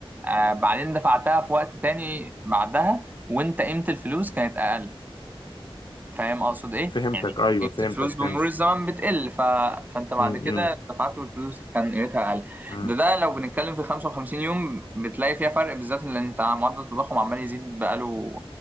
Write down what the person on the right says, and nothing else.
آه بعدين دفعتها في وقت تاني بعدها وانت قيمه الفلوس كانت اقل فاهم اقصد ايه
يعني
قيمه
الفلوس بمرور
الزمن بتقل ف... فانت بعد
كده
دفعت والفلوس كان قيمتها اقل
ده ده لو بنتكلم في 55 يوم بتلاقي فيها فرق بالذات ان انت معدل التضخم عمال يزيد بقاله